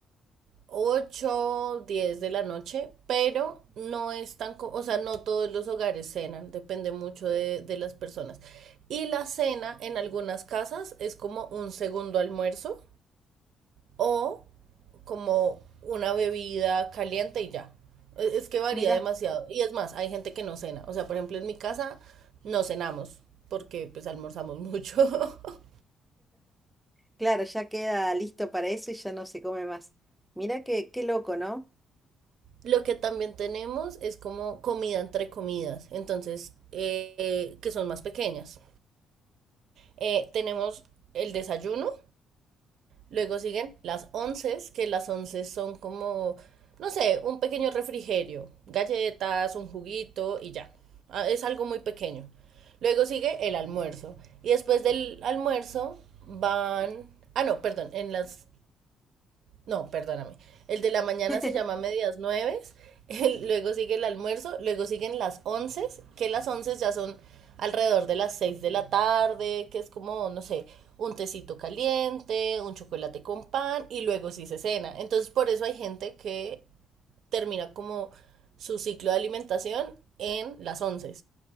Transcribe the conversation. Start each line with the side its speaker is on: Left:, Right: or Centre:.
Right: 8 10 de la noche, pero no es tan, co- o sea, no todos los hogares cenan, depende mucho de, de las personas. Y la cena en algunas casas es como un segundo almuerzo o como una bebida caliente y ya. E- Es que varía
Centre: Mira,
Right: demasiado. Y es más, hay gente que no cena. O sea, por ejemplo, en mi casa no cenamos porque pues almorzamos mucho. <laughs>
Centre: claro, ya queda listo para eso y ya no se come más. Mira qué, qué loco, ¿no?
Right: Lo que también tenemos es como comida entre comidas, entonces, eh, que son más pequeñas. Eh, tenemos el desayuno, luego siguen las onces, que las onces son como, no sé, un pequeño refrigerio, galletas, un juguito y ya. Ah, Es algo muy pequeño. Luego sigue el almuerzo. Y después del almuerzo van... Ah, no, perdón, en las no, perdóname. El de la mañana
Centre: <laughs>
Right: se llama medias nueves, el- luego sigue el almuerzo, luego siguen las once, que las once ya son alrededor de las seis de la tarde, que es como, no sé, un tecito caliente, un chocolate con pan, y luego sí se cena. Entonces, por eso hay gente que termina como su ciclo de alimentación en las once.